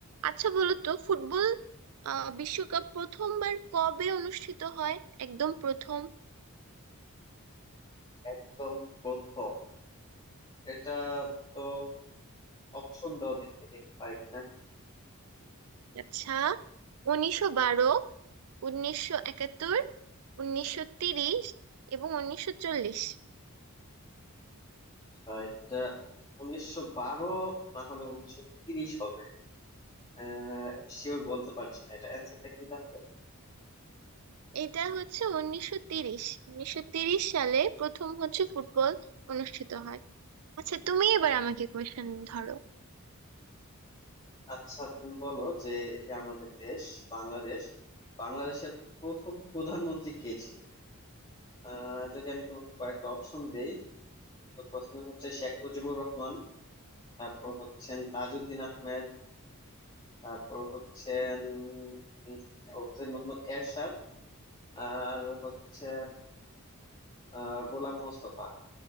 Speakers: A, on the right; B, on the left.
A: আচ্ছা বলো তো ফুটবল আহ বিশ্বকাপ প্রথমবার কবে অনুষ্ঠিত হয় একদম প্রথম
B: একদম প্রথম এটা তো অপশন দাও দেখি দেখি পারি কিনা
A: আচ্ছা উনিশশো বারো উনিশশো একাত্তর উনিশশো তিরিশ এবং উনিশশো চল্লিশ
B: আহ, এটা উনিশশো বারো না হলে উনিশশো তিরিশ হবে আহ শিওর বলতে পারছি না এটা অ্যান্সারটা কি তাহলে
A: এটা হচ্ছে উনিশশো তিরিশ উনিশশো তিরিশ সালে প্রথম হচ্ছে ফুটবল অনুষ্ঠিত হয় আচ্ছা তুমি এবার আমাকে কোশ্চেন ধরো
B: আচ্ছা তুমি বলো যে এই যে আমাদের দেশ বাংলাদেশ বাংলাদেশের প্রথম প্রধানমন্ত্রী কে ছিলেন আহ যদি আমি তোমাকে কয়েকটা অপশন দেই তো প্রথমে হচ্ছে শেখ মুজিবুর রহমান তারপর হচ্ছেন তাজউদ্দিন আহমেদ তারপর হচ্ছেন উম, হোসেন মোহাম্মদ এরশাদ আর হচ্ছে আহ গোলাম মোস্তফা